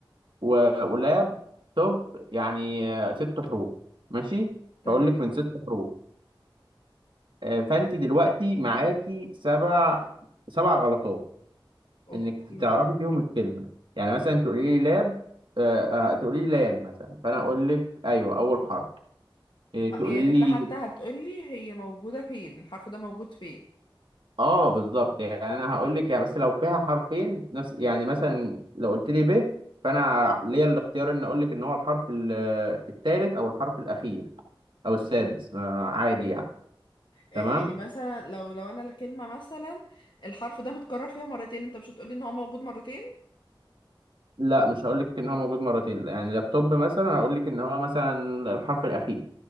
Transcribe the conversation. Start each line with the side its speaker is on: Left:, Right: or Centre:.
Right: و- ولاب توب يعني آه، ست حروف ماشي
Left: تمام
Right: فاقول لك من ست حروف آه، فانت دلوقتي معاكي سبع سبع غلطات
Left: اوكي
Right: انك تعرفي فيهم الكلمه يعني مثلا تقولي لي لاب آه، آه، تقولي لي لام مثلا فانا اقول لك ايوه اول حرف إيه،
Left: آه،
Right: تقولي
Left: يعني انت
Right: لي
Left: حتى هتقولي هي موجودة فين الحرف ده موجود فين
Right: اه بالظبط يعني انا هقول لك يعني بس لو فيها حرفين نفس يعني مثلا لو قلت لي ب فانا ليا الاختيار ان اقول لك ان هو الحرف الثالث او الحرف الاخير او السادس ما عادي يعني
Left: آه،
Right: تمام
Left: يعني مثلا لو لو انا الكلمة مثلا الحرف ده متكرر فيها مرتين انت مش هتقولي ان هو موجود مرتين
Right: لا مش هقول لك ان هو موجود مرتين لا، يعني لابتوب مثلا هقول لك ان هو مثلا الحرف الاخير